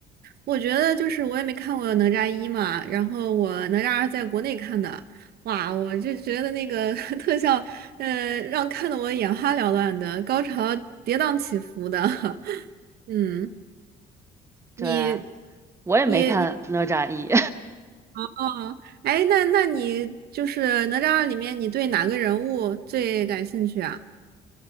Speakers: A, on the right; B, on the right.
A: 我觉得就是我也没看过哪吒一嘛，然后我哪吒二在国内看的，哇，我就觉得那个 <laughs> 特效，呃，让看的我眼花缭乱的，高潮跌宕起伏的。<laughs> 嗯，你
B: 对啊，我也没看《哪吒一》
A: 你你哦，哎，那那你就是哪吒二里面，你对哪个人物最感兴趣啊？